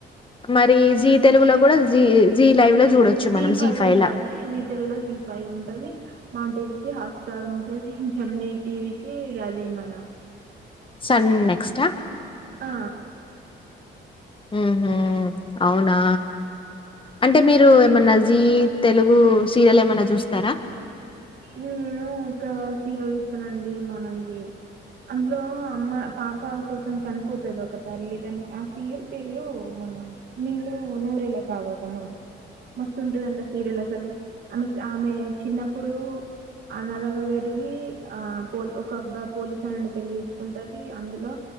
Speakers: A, on the left (about 25°); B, on the right (about 65°).
A: మరి జీ తెలుగులో కూడా జీ జీ లైవ్ లో చూడొచ్చు
B: జీ
A: మనం
B: ఫైవ్ ఉంటది
A: ల
B: జీటెల్ లో జీ ఫైవ్ ఉంటది మాటివికి హాట్ స్టార్ ఉంటది జెమిని టీవీకి అది మన
A: సన్నెక్స్ట్ ఆ
B: ఆ
A: ఉహూ అవునా అంటే మీరు ఏమన్నా జీ తెలుగు సీరియల్ ఏమైనా చూస్తారా
B: నేను ఒక సీరియల్ చూస్తున్న అండి మన ఇది అందులో అమ్మ పాప కోసం చనిపోతది ఒక తల్లి దాని ఆ సీరియల్ పేరు మన నిండు నూరేళ్ల సావాసమా మస్తు ఉంటదంటడి ఆ సీరియల్ అసలు ఆమె ఆమె చిన్న ప్పుడు అనాదగా పెరిగి ఆ పో ఒక అబ్బా పోలీసు ఆయనని పెళ్లి చేసుకుంటది అందులో